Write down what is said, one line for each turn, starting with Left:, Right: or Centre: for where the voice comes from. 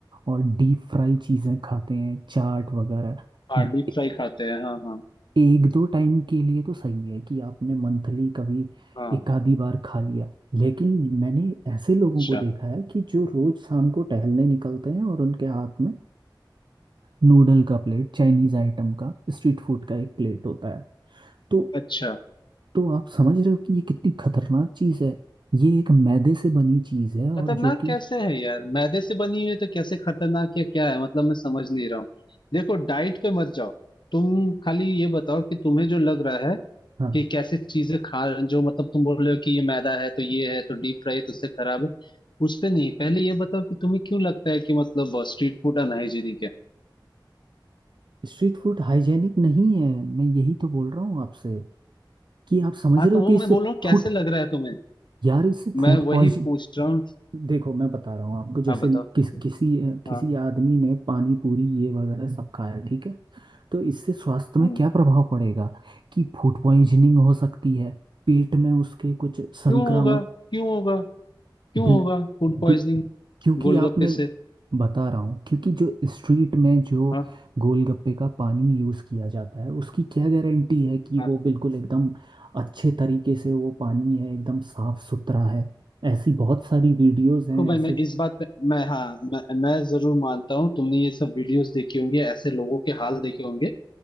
Right: और डीप फ्राई चीज़ें खाते हैं चाट वगैरह
Left: हाँ डीप
Right: ए-
Left: फ्राई खाते हैं हाँ हाँ
Right: एक दो टाइम के लिए तो सही है कि आपने मंथली कभी
Left: हाँ
Right: एक आधी बार खा लिया लेकिन मैंने ऐसे लोगों
Left: अच्छा
Right: को देखा है कि जो रोज शाम को टहलने निकलते हैं और उनके हाथ में नूडल का प्लेट चाइनीज़ आइटम का स्ट्रीट फूड का एक प्लेट होता है तो
Left: अच्छा
Right: तो आप समझ रहे हो कि ये कितनी खतरनाक चीज है ये एक मैदे से बनी चीज है और
Left: खतरनाक
Right: जो कि
Left: कैसे है यार मैदे से बनी हुई है तो कैसे खतरनाक या क्या है मतलब मैं समझ नहीं रहा हूँ देखो डाइट पे मत जाओ तुम खाली ये बताओ कि तुम्हें जो लग रहा है
Right: हाँ
Left: कि कैसे चीजें खा जो मतलब तुम बोल रहे हो कि ये मैदा है तो ये है तो डीप फ्राई है तो उससे खराब है उस पे नहीं पहले ये बताओ कि तुम्हें क्यों लगता है कि मतलब स्ट्रीट फूड अनहाइजीनिक है
Right: स्ट्रीट फूड हाइजेनिक नहीं है मैं यही तो बोल रहा हूँ आपसे कि आप समझ
Left: हाँ
Right: रहे
Left: तो
Right: हो
Left: वो
Right: कि इससे
Left: मैं बोल रहा हूँ कैसे
Right: फूड
Left: लग रहा है तुम्हें
Right: यार इससे फूड
Left: मैं वही
Right: पॉइजन
Left: पूछ रहा हूँ
Right: देखो मैं बता रहा हूँ आपको जैसे
Left: हाँ बताओ
Right: किस किसी किसी
Left: हाँ
Right: आदमी ने पानी पूरी ये वगैरह सब खाया ठीक है तो इससे स्वास्थ्य में
Left: हम्म।
Right: क्या प्रभाव पड़ेगा कि फूड पॉइजनिंग हो सकती है पेट में उसके कुछ संक्रामक
Left: क्यों होगा क्यों होगा क्यों
Right: बिल
Left: होगा फूड पॉइजनिंग
Right: दु- क्योंकि
Left: गोलगप्पे
Right: आपने
Left: से
Right: बता रहा हूँ क्योंकि जो स्ट्रीट में जो
Left: हाँ
Right: गोलगप्पे का पानी यूज़ किया जाता है उसकी क्या गारंटी है कि
Left: हाँ
Right: वो बिल्कुल एकदम अच्छे तरीके से वो पानी है एकदम साफ सुथरा है ऐसी बहुत सारी वीडियोस हैं
Left: तो भाई
Right: ऐसे
Left: मैं इस बात पे मैं हाँ मैं मैं जरूर मानता हूँ तुमने ये सब वीडियोस देखी होंगी ऐसे लोगों के हाल देखे होंगे